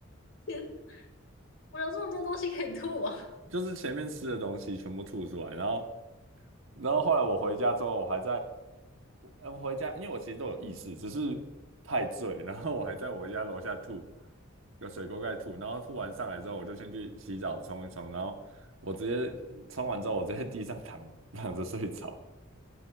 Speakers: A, on the left; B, on the right.
A: 天我有这么多东西可以吐啊！
B: <laughs> 就是前面吃的东西全部吐出来，然后然后后来我回家之后，我还在我呃我回家，因为我其实都有意识，只是太醉，然后我还在我家楼下吐，有水沟盖吐，然后吐完上来之后，我就先去洗澡冲一冲，然后我直接冲完之后，我直接在地上躺躺着睡着，